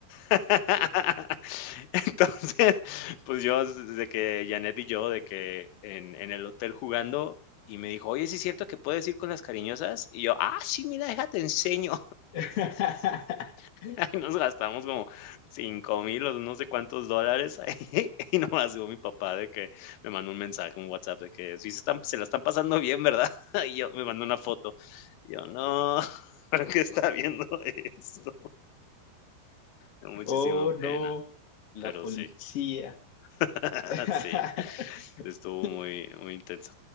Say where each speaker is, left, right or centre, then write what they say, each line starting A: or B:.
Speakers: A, on the left; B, on the left.
A: <laughs> Entonces, pues yo, desde que Janet y yo, de que en, en el hotel jugando, y me dijo, oye, ¿sí es cierto que puedes ir con las cariñosas? Y yo, ah, sí, mira, déjate enseño.
B: <laughs>
A: <laughs> Y nos gastamos como cinco mil o no sé cuántos dólares ahí. <laughs> Y nomás digo mi papá de que me mandó un mensaje, un WhatsApp, de que sí se, están, se la están pasando bien, ¿verdad? <laughs> Y yo me mandó una foto. Y yo, no, <laughs> ¿por qué está viendo esto? Muchísima
B: Oh,
A: pena,
B: no, la
A: pero
B: policía.
A: sí. <laughs>
B: <laughs>
A: Sí. estuvo muy, muy intenso.